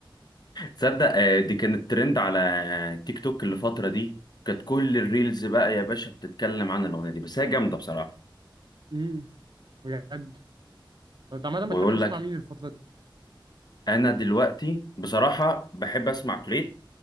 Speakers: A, on the left; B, on the right.
A: تصدق آه، دي كانت ترند على تيك توك الفترة دي كانت كل الريلز بقى يا باشا بتتكلم عن الأغنية دي بس هي جامدة بصراحة
B: امم بجد انت عامه
A: ويقول
B: بتحب تسمع
A: لك
B: مين الفتره دي
A: أنا دلوقتي بصراحة بحب أسمع تريت